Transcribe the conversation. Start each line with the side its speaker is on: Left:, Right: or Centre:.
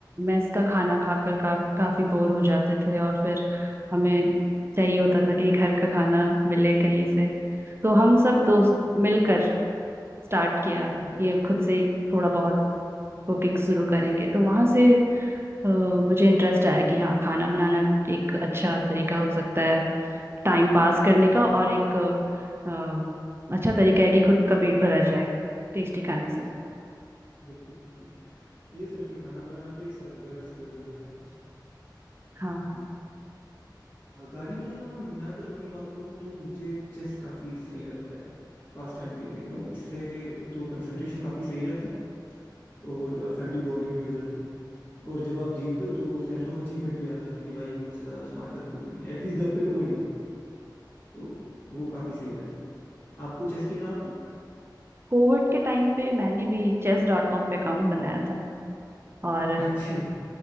Right: मेस का खाना खाकर का, काफी बोर हो जाते थे और फिर हमें चाहिए होता था कि घर का खाना मिले कहीं से तो हम सब दोस्त मिलकर स्टार्ट किया
Left: हम्म
Right: ये खुद से ही थोड़ा बहुत कुकिंग शुरू करेंगे
Left: अच्छा
Right: तो वहां से अ, मुझे इंटरेस्ट आया कि हाँ खाना बनाना एक अच्छा तरीका हो सकता है टाइम
Left: सर्वाइवल
Right: पास
Left: स्किल
Right: करने
Left: होगी
Right: का और एक अ, अच्छा तरीका है कि खुद का पेट भरा जाए टेस्टी खाने से
Left: सच्ची बिल्कुल बिल्कुल ये सच में खाना बनाना तो एक सर्वाइवल स्किल बन गया है आज
Right: हाँ हाँ
Left: गार्डनिंग के अलावा मैं अगर अपनी बात करूँ तो मुझे चेस काफ़ी सही लगता है पास टाइम के लिए यू you नो know, इससे एक तो कंसंट्रेशन काफ़ी सही रहता है और फैमिली बॉन्डिंग भी हो जाती है और जब आप जीते हो तो वो सेंस ऑफ अचीवमेंट भी आ जाता है कि भाई मुझसे ज़्यादा स्मार्ट घर पे कोई नहीं है एटलीस्ट घर पे तो कोई नहीं है तो वो काफ़ी सही रहता है आपको चेस खेलना आता है
Right: कोविड के टाइम पे मैंने भी चेस डॉट कॉम पे अकाउंट बनाया था और
Left: <laughs> अच्छा